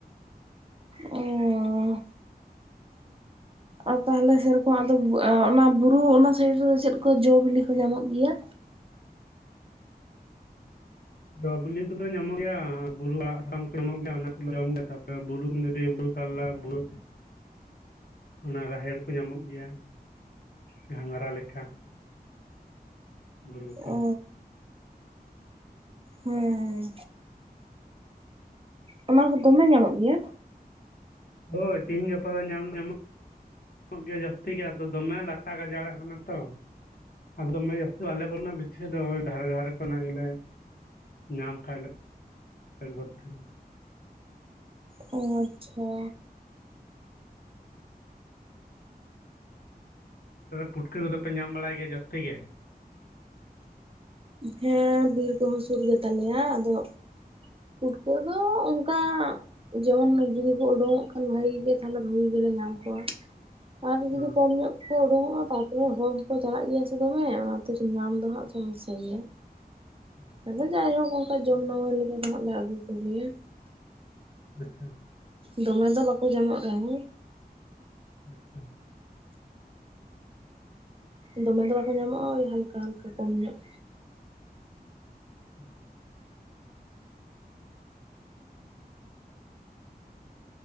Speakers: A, on the right (about 35°); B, on the left (about 70°).
A: ᱚᱻᱻ᱾ ᱟᱨ ᱛᱟᱦᱚᱞᱮ ᱥᱮᱨᱚᱠᱚ ᱚᱱᱟ ᱵᱩᱨᱩ ᱚᱱᱟ ᱥᱟᱭᱤᱰ ᱨᱮᱫᱚ ᱪᱮᱫ ᱠᱚ ᱡᱚ ᱵᱤᱞᱤ ᱠᱚ ᱧᱟᱢᱚᱜ ᱜᱮᱭᱟ?
B: ᱡᱚ ᱵᱤᱞᱤ ᱠᱚᱫᱚ ᱧᱟᱢᱚᱜ ᱜᱮᱭᱟ, ᱵᱩᱨᱩ ᱟᱲᱟᱜ ᱥᱟᱢ ᱠᱚ ᱧᱟᱢᱚᱜ ᱜᱮᱭᱟ ᱚᱱᱟ ᱠᱚᱞᱮ ᱡᱚᱢ ᱜᱮᱭᱟ᱾ ᱛᱟᱯᱚᱨᱮ ᱵᱩᱨᱩ ᱫᱤᱨᱤ ᱠᱟᱨᱞᱟ, ᱵᱩᱨᱩ ᱚᱱᱟ ᱨᱟᱦᱮᱲ ᱠᱚ ᱧᱟᱢᱚᱜ ᱜᱮᱭᱟ ᱜᱷᱟᱸᱜᱽᱨᱟ ᱞᱮᱠᱟ᱾ ᱵᱷᱩᱨᱵᱷᱩᱴᱤ
A: ᱚ
B: ᱞᱮᱠ
A: ᱦᱮᱸ ᱦᱮᱸ ᱚᱱᱟ ᱠᱚ ᱫᱚᱢᱮ ᱧᱟᱢᱚᱜ ᱜᱮᱭᱟ?
B: ᱦᱳᱭ, ᱛᱤᱦᱤᱧ ᱜᱟᱯᱟ ᱫᱚ ᱧᱟᱢ ᱧᱟᱢᱚᱜ ᱜᱮ ᱡᱟᱹᱥᱛᱤ ᱜᱮ ᱟᱫᱚ ᱫᱚᱢᱮ ᱞᱟᱴᱟ ᱜᱟᱡᱟᱲ ᱠᱟᱱᱟ ᱛᱚ᱾ ᱟᱫᱚ ᱫᱚᱢᱮ ᱡᱟᱥᱛᱤ ᱵᱟᱞᱮ ᱵᱚᱞᱚᱱᱼᱟ, ᱵᱷᱤᱛᱤᱨ ᱥᱮᱫ ᱫᱚ ᱫᱷᱟᱨᱮ ᱫᱷᱟᱨᱮ ᱠᱚᱱᱟᱜ ᱜᱮᱞᱮ ᱧᱟᱢ ᱠᱷᱟᱡ ᱞᱮ ᱜᱚᱫ ᱛᱮᱦᱮᱱᱟ᱾
A: ᱚᱻ ᱟᱪᱪᱷᱟ᱾
B: ᱯᱩᱴᱠᱟᱹ ᱠᱚᱫᱚᱯᱮ ᱧᱟᱢ ᱵᱟᱲᱟᱭ ᱜᱮᱭᱟ ᱡᱟᱹᱥᱛᱤ ᱜᱮ᱾
A: ᱦᱮᱸ ᱵᱤᱨ ᱠᱚᱦᱚᱸ ᱥᱩᱨ ᱜᱮ ᱛᱟᱞᱮᱭᱟ ᱟᱫᱚ᱾ ᱯᱩᱴᱠᱟᱹ ᱫᱚ ᱚᱱᱠᱟ᱾ ᱡᱮᱢᱚᱱ ᱡᱚᱫᱤ ᱠᱚ ᱩᱰᱩᱠᱚᱜ ᱠᱷᱟᱱ ᱵᱷᱟᱜᱤ ᱜᱮ ᱛᱟᱦᱞᱮ ᱵᱷᱟᱹᱜᱤ ᱜᱮᱞᱮ ᱧᱟᱢ ᱠᱚᱣᱟ᱾ ᱟᱨ ᱡᱩᱫᱤ
B: ᱦᱚᱸ
A: ᱠᱚᱢ ᱧᱚᱜ ᱠᱚ ᱩᱰᱩᱠᱚᱜᱼᱟ ᱛᱟᱯᱚᱨᱮ ᱦᱚᱲ ᱦᱚᱸᱠᱚ ᱪᱟᱞᱟᱜ ᱜᱮᱭᱟ ᱥᱮ ᱫᱚᱢᱮ ᱚᱱᱟᱛᱮ ᱧᱟᱢ ᱫᱚ ᱦᱟᱸᱜ ᱥᱚᱢᱚᱥᱥᱟ᱾ <unintelligible> ᱜᱮᱭᱟ
B: ᱦᱚᱸ
A: ᱟᱫᱚ ᱡᱟᱭᱦᱳᱠ ᱚᱱᱠᱟ ᱡᱚᱢ ᱱᱟᱢᱟᱹᱭ ᱞᱮᱠᱟ ᱫᱚ ᱦᱟᱸᱜ ᱞᱮ ᱟᱹᱜᱩ ᱠᱚᱜᱮᱭᱟ᱾
B: <inaudible>
A: ᱫᱚᱢᱮ ᱫᱚ ᱵᱟᱠᱚ ᱡᱟᱢᱚᱜ ᱨᱮᱦᱚ
B: ᱟᱪᱪᱷᱟ
A: ᱫᱚᱢᱮ ᱫᱚ ᱵᱟᱠᱚ ᱧᱟᱢᱚᱜᱼᱟ ᱳᱭ ᱦᱟᱞᱠᱟ ᱦᱟᱞᱠᱟ ᱠᱚᱢ ᱧᱚᱜ᱾
B: <inaudible>